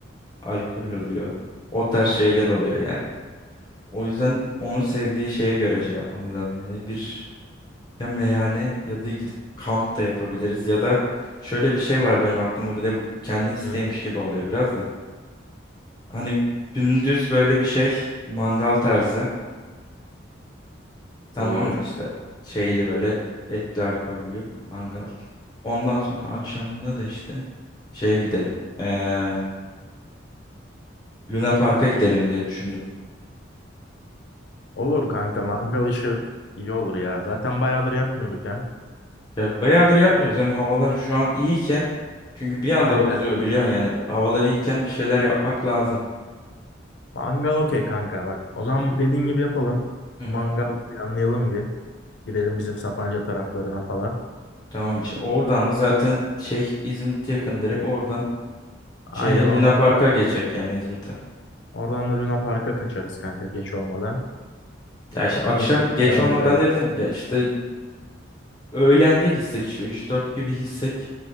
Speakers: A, on the left; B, on the left.
A: alkol oluyor. O tarz şeyler oluyor yani. O yüzden onun sevdiği şeye göre şey yapmamız lazım. Yani bir ya meyhane ya da gidip kamp da yapabiliriz ya da şöyle bir şey var benim aklımda bir de bu kendi isteğiymiş
B: Hı hı.
A: gibi oluyor biraz da. Hani gündüz böyle bir şey mangal tarzı tamam
B: Olur.
A: mı işte şeyli böyle etli alkollü mangal. Ondan sonra akşamında da işte şeye gidelim. Ee, Luna Park'a gidelim diye düşündüm.
B: Olur kanka mangal işi iyi olur ya. Zaten bayağıdır yapmıyorduk hem.
A: Ya bayağıdır yapmıyoruz. Hem havalar şu an iyiyken çünkü bir anda
B: Aynen.
A: bozuyor biliyorsun yani havalar iyiyken bir şeyler yapmak lazım.
B: Mangal okey kanka bak. O zaman dediğin gibi yapalım.
A: Hı hı.
B: Mangal planlayalım bir. Gidelim bizim Sapanca taraflarına falan.
A: Tamammış. Oradan da zaten şey İzmit yakın direkt oradan şeye
B: Aynen oradan
A: Luna Park'a
B: da,
A: geçecek yani İzmit'e.
B: oradan da Luna Park'a kaçarız kanka geç olmadan.
A: Ya işte akşam
B: Bizim çocuklara
A: geç olmadan
B: da söyleriz.
A: dedin. Ya işte öğlende gitsek işte üç dört gibi gitsek